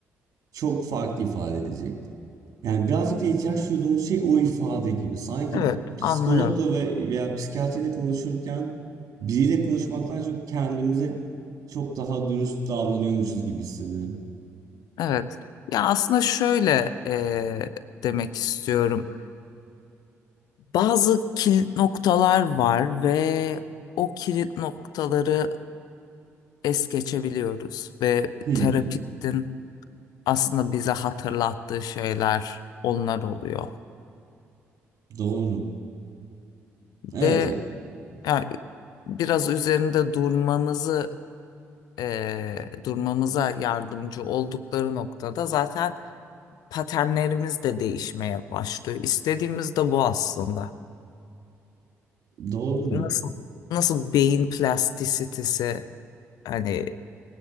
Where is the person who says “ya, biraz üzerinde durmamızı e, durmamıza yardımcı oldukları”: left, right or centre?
Left